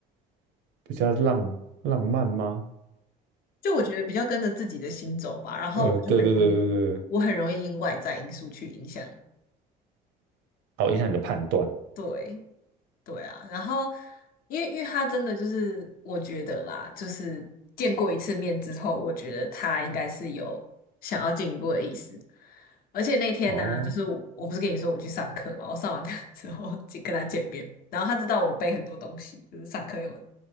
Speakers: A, on the right; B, on the left.
A: 比较浪浪漫吗？
B: 就我觉得比较跟着自己的心走吧，然后我就很容易，
A: 呃，对对对对对，
B: 我很容易因外在因素去影响，
A: 好影响你的判断
B: 对，对啊，然后因为因为他真的就是我觉得啦，就是见过一次面之后，我觉得他应该是有想要进一步的意思。而且那天呢、
A: 哦。
B: 就是我我不是跟你说我去上课嘛，我上完课 <laughs> 之后就跟他见面，然后他知道我背很多东西，就是上课用的，